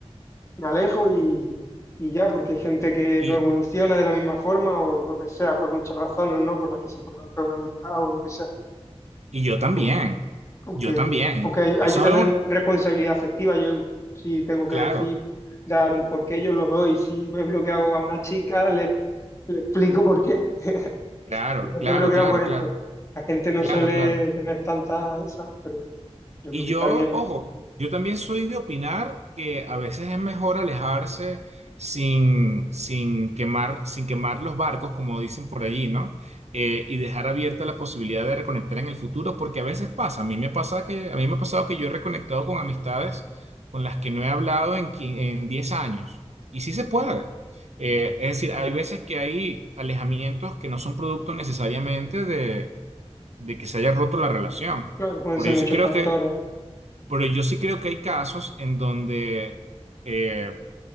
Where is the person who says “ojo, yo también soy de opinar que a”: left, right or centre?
Right